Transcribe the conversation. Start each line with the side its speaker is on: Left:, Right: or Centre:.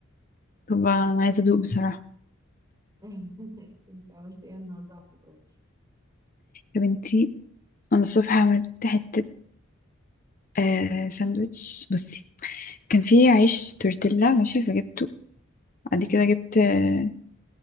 Left: طب انا عايزة ادوق بصراحة
Right: <laughs> انت عملتي ايه النهاردة على الفطار؟
Left: يا بنتي انا الصبح عملت حتة آه ساندوتش بصي كان فيه عيش تورتيلا ماشي فجبته
Right: مم.
Left: بعد كده جبت آه،